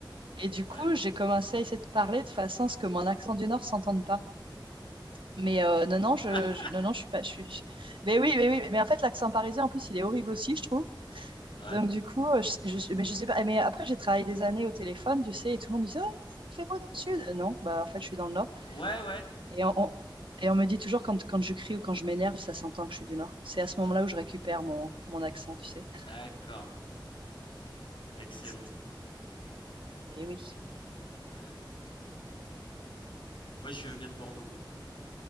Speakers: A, on the right; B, on the left.
A: Et du
B: ouais.
A: coup, j'ai commencé à essayer de parler de façon à ce que mon accent du Nord s'entende pas. Mais euh, non, non, je,
B: <laughs>
A: je- non, non, je suis pas. Je suis, je- Mais oui, mais oui, mais en fait, l'accent parisien, en plus, il est horrible aussi, je trouve.
B: Ouais.
A: Donc, du coup, euh, je, je, mais je sais pas. Mais après, j'ai travaillé des années au téléphone, tu sais, et tout le monde me dit, Ah, fais beau dans le Sud. Euh, Non, bah, en fait, je suis dans le Nord.
B: Ouais, ouais.
A: Et on, on- et on me dit toujours quand, quand je crie ou quand je m'énerve, ça s'entend que je suis du Nord. C'est à ce moment-là où je récupère mon, mon accent, tu sais.
B: D'accord. Excellent.
A: C'est- Mais oui.
B: Ouais. Moi, je viens de Bordeaux, moi.